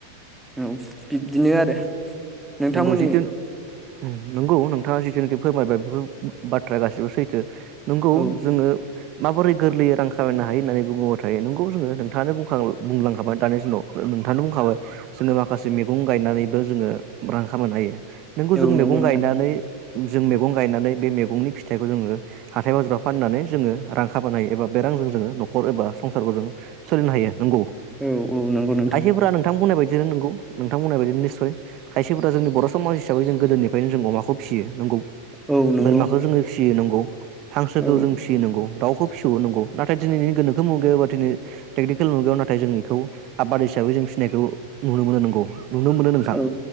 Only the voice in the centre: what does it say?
औ बिब्दिनो आरो नोंथांमोननि
औ
औ
नंगौ नोंथां
औ औ नंगौ नोंथां
औ नंगौ
औ
औ